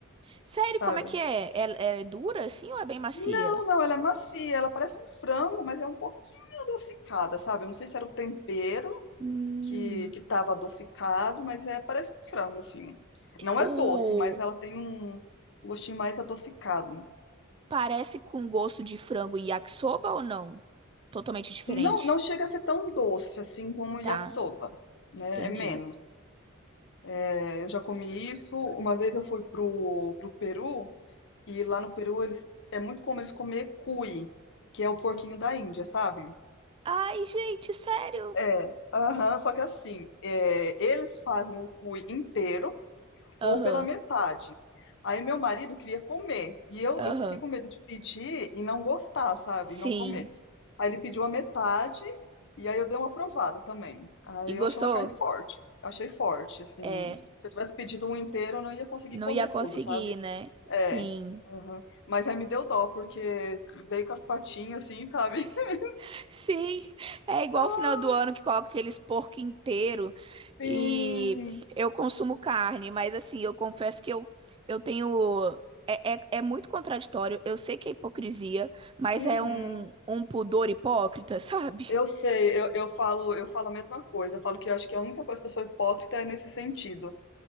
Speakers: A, on the right (about 25°); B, on the left (about 60°).
A: Sério, como
B: sabe?
A: é que é? Ela ela é dura assim ou é bem macia?
B: Não, não, ela é macia, ela parece um frango, mas é um pouquinho adocicada, sabe? Eu não sei se era o tempero
A: Hum.
B: que, que tava adocicado, mas é, parece um frango, assim. Não
A: O...
B: é doce, mas ela tem um gostinho mais adocicado.
A: Parece com gosto de frango em yakisoba ou não? Totalmente diferente.
B: Não, não chega a ser tão doce, assim, como o yakisoba,
A: Tá,
B: né?
A: entendi.
B: É menos. É, eu já comi isso. Uma vez eu fui pro, pro Peru e lá no Peru eles é muito comum eles comer cuy, que é o porquinho da Índia, sabe?
A: Ai, gente, sério.
B: É, aham, só que assim, é, eles fazem o cuy inteiro
A: Aham,
B: ou pela metade. Aí meu marido queria comer e eu,
A: aham.
B: eu fiquei com medo de pedir e não gostar, sabe?
A: Sim.
B: E Não comer. Aí ele pediu a metade e aí eu dei uma aprovada também. Aí
A: E gostou?
B: eu achei uma carne forte. Eu achei forte, assim.
A: É,
B: Se eu tivesse pedido um inteiro, eu não ia conseguir
A: não
B: comer
A: ia conseguir,
B: tudo, sabe?
A: né? Sim.
B: É. aham. Mas aí me deu dó, porque veio com as patinhas, assim, sabe?
A: <laughs>
B: <laughs>
A: Sim, é igual
B: Ah,
A: o final do ano que coloca aqueles porco inteiro
B: Sim.
A: e eu consumo carne, mas assim, eu confesso que eu, eu tenho. É, é, é muito contraditório, eu sei que é hipocrisia, mas
B: Uhum.
A: é um, um pudor hipócrita, <laughs> sabe?
B: Eu sei, eu, eu falo, eu falo a mesma coisa. Eu falo que eu acho que a única coisa que eu sou hipócrita é nesse sentido.